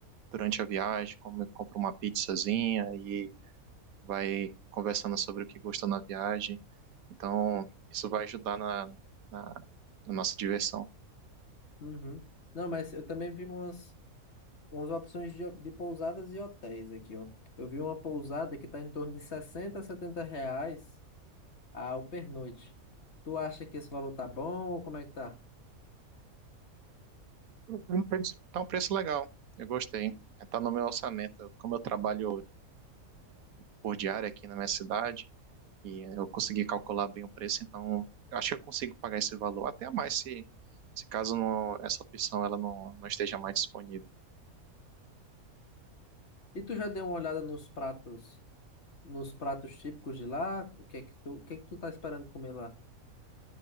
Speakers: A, on the right (about 75°); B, on the left (about 50°).
A: durante a viagem, come- compra uma pizzazinha e vai conversando sobre o que gosta na viagem. Então isso vai ajudar na, na, na nossa diversão.
B: Uhum. Não, mas eu também vi umas. umas opções de, de pousadas e hotéis aqui, ó. Eu vi uma pousada que está em torno de 60 a 70 reais ao pernoite. Tu acha que esse valor tá bom ou como é que tá?
A: Uhum. Tá um preço legal, eu gostei. Tá no meu orçamento. Como eu trabalho por diária aqui na minha cidade e eu consegui calcular bem o preço, então eu acho que eu consigo pagar esse valor, até mais se, se caso não, essa opção ela não, não esteja mais disponível.
B: E tu já deu uma olhada nos pratos, nos pratos típicos de lá? O que é que tu, o que é que tu tá esperando comer lá?